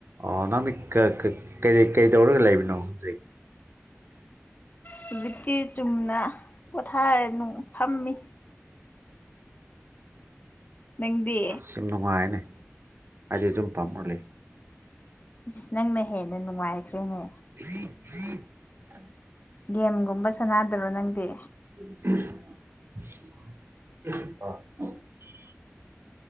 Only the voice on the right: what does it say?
ꯑꯣ ꯅꯪꯗꯤ ꯀ ꯀꯩꯀꯩ ꯀꯩꯗꯧꯔꯒ ꯂꯩꯕꯅꯣ ꯍꯧꯖꯤꯛ
ꯁꯤ ꯅꯨꯡꯉꯥꯏꯅꯦ ꯑꯗꯤ ꯑꯗꯨꯝ ꯄꯥꯝꯔ ꯂꯩ
<inaudible>
<unintelligible>